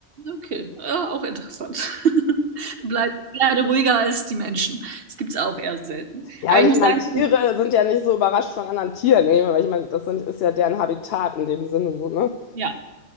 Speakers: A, on the right (about 55°); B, on the left (about 65°).
A: Okay, ja, auch interessant. <laughs> Du bleibst gerne ruhiger als die Menschen. Das gibt es auch eher selten.
B: Ja,
A: Aber
B: und
A: ich
B: ich
A: muss
B: meine,
A: sagen,
B: Tiere sind ja nicht so überrascht von anderen Tieren, ne? Weil ich meine, das sind, ist ja deren Habitat in dem Sinne so, ne?
A: ja,